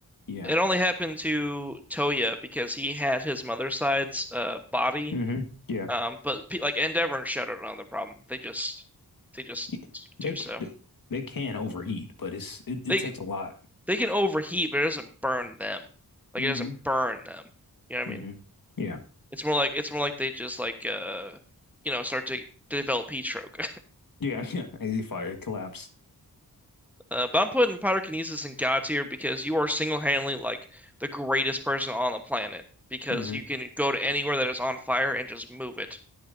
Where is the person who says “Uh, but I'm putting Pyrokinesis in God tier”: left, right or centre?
Centre